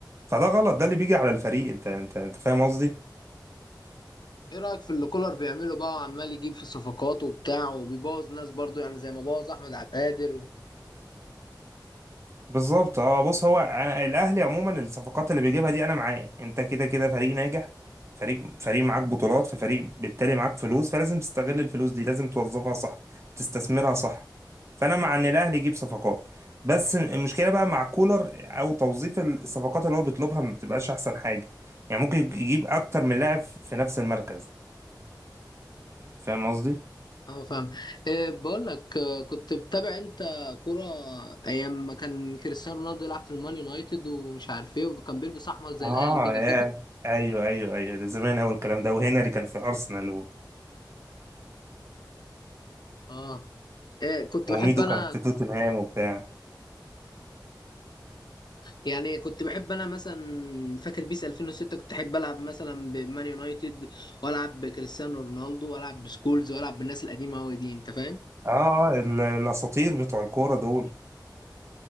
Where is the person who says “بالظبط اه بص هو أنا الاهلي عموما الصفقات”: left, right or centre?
Right